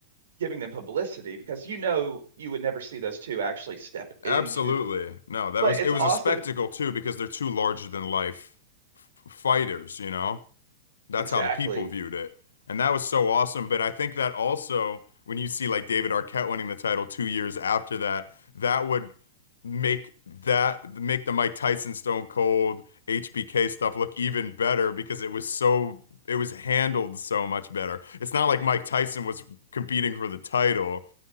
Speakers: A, on the right; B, on the left.
A: giving them publicity because you know you would never see those two actually step into
B: Absolutely.
A: the.
B: No, that
A: But
B: was
A: it's
B: it was
A: awesome,
B: a spectacle too because they're two larger than life f- fighters, you know? That's
A: exactly.
B: how the people viewed it. And that was so awesome. But I think that also, when you see like David Arquette winning the title two years after that, that would make that make the Mike Tyson Stone Cold HBK stuff look even better because it was so it was handled so much better. It's not like Mike Tyson was competing for the title.